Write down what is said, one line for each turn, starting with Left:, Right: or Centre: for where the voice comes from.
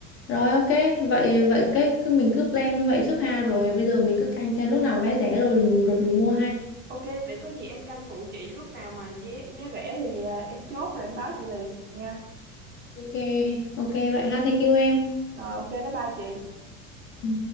Left: Rồi ok, vậy vậy cái cứ mình cứ plan như vậy trước ha rồi bây giờ mình cứ canh xem lúc nào vé rẻ rồi rồi mình mua ha.
Right: Ok, để có gì em canh phụ chị lúc nào mà vé vé rẻ thì à, em chốt rồi em báo chị liền nha.
Left: Ok, ok vậy ha, thank you em.
Right: Rồi ok, bye bye chị.
Left: Ừ.